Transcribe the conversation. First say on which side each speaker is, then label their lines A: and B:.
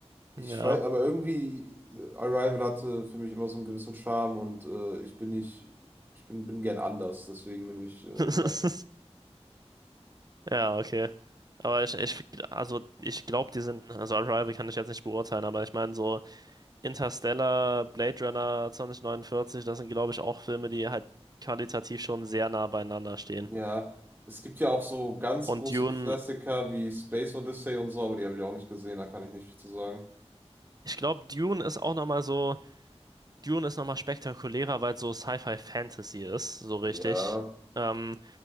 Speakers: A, on the right; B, on the right.
A: Ich
B: Ja.
A: weiß, aber irgendwie äh, Arrival hatte für mich immer so einen gewissen Charme und äh, ich bin nicht, ich bin, bin gern anders, deswegen nehme ich äh, Arrival.
B: <laughs> Ja, okay. Aber ich, ich, also ich glaube, die sind, also Arrival kann ich jetzt nicht beurteilen, aber ich meine so. Interstellar, Blade Runner 2049, das sind, glaube ich, auch Filme, die halt qualitativ schon sehr nah beieinander stehen.
A: Ja, es gibt ja auch so ganz
B: Und
A: große
B: Dune,
A: Klassiker wie Space Odyssey und so, aber die habe ich auch nicht gesehen, da kann ich nicht viel zu sagen.
B: ich glaube, Dune ist auch nochmal so, Dune ist nochmal spektakulärer, weil es so Sci-Fi-Fantasy ist, so richtig.
A: Ja,
B: Ähm,